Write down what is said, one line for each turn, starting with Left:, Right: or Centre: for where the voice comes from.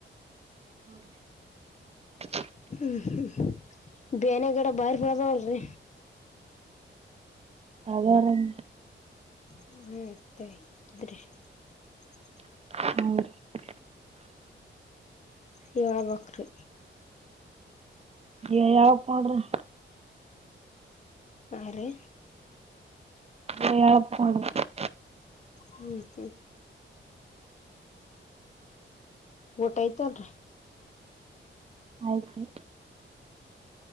Right: ಹೌ <unintelligible>
Left: ಹ್ಮ್ ಹ್ಮ್ ಬೇನೆಗಡ <unintelligible> ಬರ್ಬದವಲ್ರಿ
Right: ಅದರ <unintelligible>
Left: ಹ ಆಯ್ತಾಯಯ್ತ್ರಿ <unintelligible>
Right: ಹ
Left: ಹೇಳ್ಬೇಕ್ರಿ
Right: ಯಾವಕ್ <unintelligible> ಮಾಡಡ್ರಿ
Left: ಹ ರೀ
Right: ಎ ಯಪ್ಪಣ <unintelligible>
Left: ಹ್ಮ ಊಟಯ್ತಲ್ರಿ
Right: ಆಯ್ತು